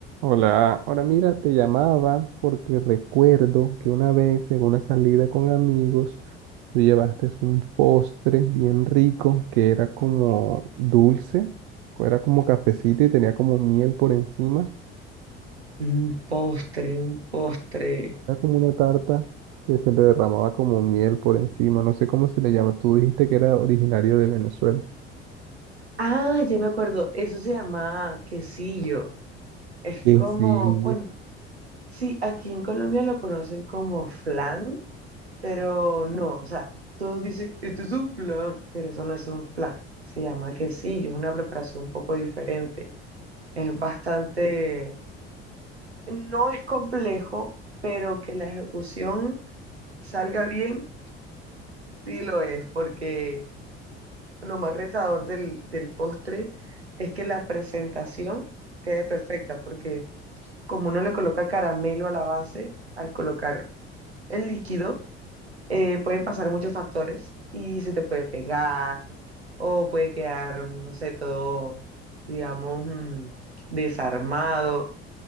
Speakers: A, on the right; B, on the right.
A: Hola, ahora mira, te llamaba porque recuerdo que una vez en una salida con amigos, tú llevaste un postre bien rico que era como dulce, o era como cafecito y tenía como miel por encima.
B: Un postre, un postre.
A: Era como una tarta que se le derramaba como miel por encima, no sé cómo se le llama, tú dijiste que era originario de Venezuela.
B: Ah, ya me acuerdo, eso se llama quesillo. Es
A: Sí,
B: como,
A: sí.
B: bueno, sí, aquí en Colombia lo conocen como flan, pero no, o sea, todos dicen, esto es un flan, pero eso no es un flan. Se llama quesillo, es una preparación un poco diferente. Es bastante, no es complejo, pero que la ejecución salga bien, sí lo es, porque... lo más retador del, del postre es que la presentación quede perfecta, porque como uno le coloca caramelo a la base, al colocar el líquido, eh, pueden pasar muchos factores y se te puede pegar o puede quedar, no sé, todo, digamos, mm, desarmado.